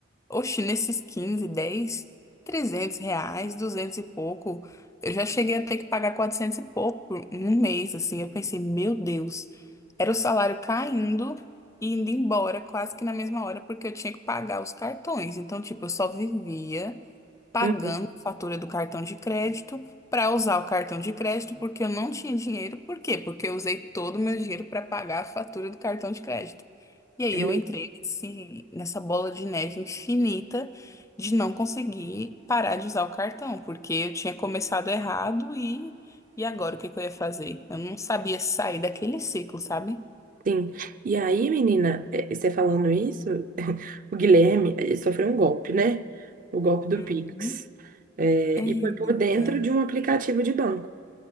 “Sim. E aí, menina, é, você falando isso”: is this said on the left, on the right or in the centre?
Right